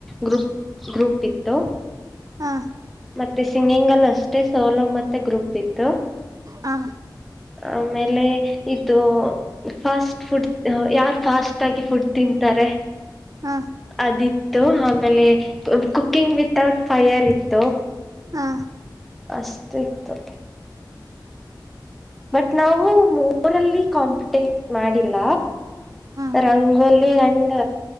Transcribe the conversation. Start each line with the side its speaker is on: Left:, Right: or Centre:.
Centre: ಗ್ರೂಪ್ ಗ್ರೂಪ್ ಇತ್ತು.
Right: ಹಾ
Centre: ಮತ್ತೆ ಸಿಂಗಿಂಗ್ ಅಲ್ಲಿ ಅಷ್ಟೇ ಸೋಲೋ ಮತ್ತೆ ಗ್ರೂಪ್ ಇತ್ತು.
Right: ಹಾ
Centre: ಆಮೇಲೆ ಇದು ಫಸ್ಟ್ ಫುಡ್ ಯಾರು ಫಾಸ್ಟ್ ಆಗಿ ಫುಡ್ ತಿಂತಾರೆ
Right: ಹಾ
Centre: ಅದಿತ್ತು ಆಮೇಲೆ ಕುಕ್ಕಿಂಗ್ ವಿತೌಟ್ ಫೈಯರ್ ಇತ್ತು
Right: ಹಾ
Centre: ಅಷ್ಟ್ ಇತ್ತು ಬಟ್ ನಾವು ಮೋರಲ್ಲಿ ಕಾಂಪಿಟೇಟ್ ಮಾಡಿಲ್ಲ
Right: ಹಾ
Centre: ರಂಗೋಲಿ ಅಂಡ್